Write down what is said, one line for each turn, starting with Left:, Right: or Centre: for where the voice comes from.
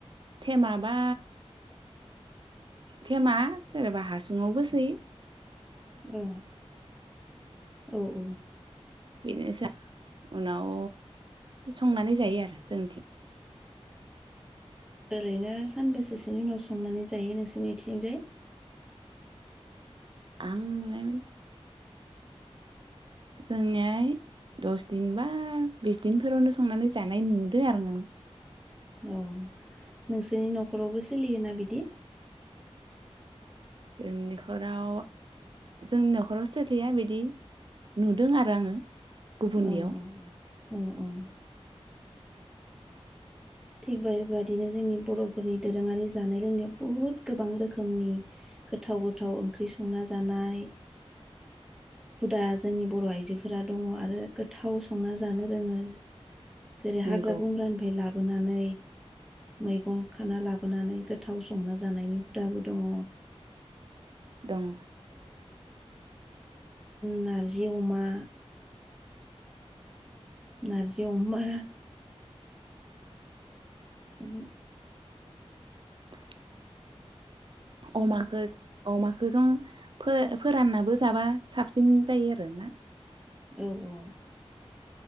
Right: थेमाबा थेमा सोरबा हासुंङावबोसै
Centre: औ औ औ
Right: बेनोसै उनाव संनानै जायो आरो जोंथिं
Centre: ओरैनो सानबैसेसोनि उनाव संनानै जायो नोंसोरनिथिंजाय
Right: आं नुनाय मोन। जोंनियाय दस दिन बा बिस दिनफोरावनो संनानै जानाय नुदों आरो नों
Centre: अ नोंसोरनि नखरावबो सोलियोना बिदि
Right: जों नखराव जोंनि नखराव सोलिया बिदि नुदों आरो आङो गुबुननियाव।
Centre: औ औ औ थिग बेबायदिनो जोंनि बर'फोरनि दोरोङारि जानाय थिग थिक बेबायदिनो जोंनि बर'फोरनि दोरोंङारि जानाय लोंनायाव बहुद गोबां रोखोमनि गोथाव गोथाव ओंख्रि संना जानाय हुदा जोंनि बर' आइजोफोरा दङ आरो गोथाव संना जानो रोङो जेरै
Right: नंगौ
Centre: हाग्रा बंग्रानिफ्राय लाब नै मैगं खाना लाबोनानै गोथाव संना जानायनि हुदाबो दंङ।
Right: दंङ
Centre: नारजि अमा नारजि अमा जों
Right: <unintelligible> अमाखौ अमाखौ जों फो-फोराननाबो जाबा साबसिन जायो आरो ना
Centre: औ औ।